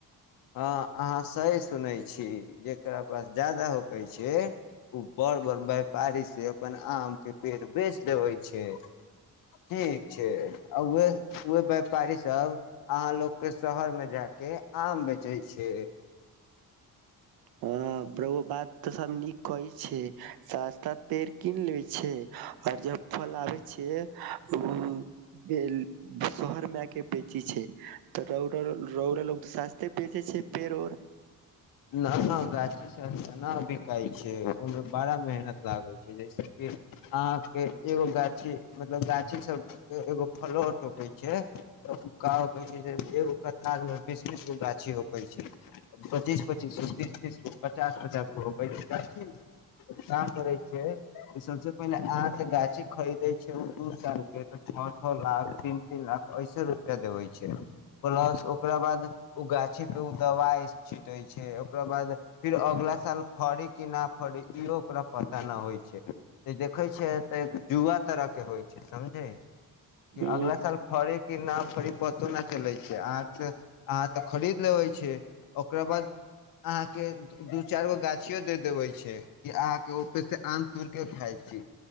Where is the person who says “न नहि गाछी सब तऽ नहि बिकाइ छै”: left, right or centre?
Left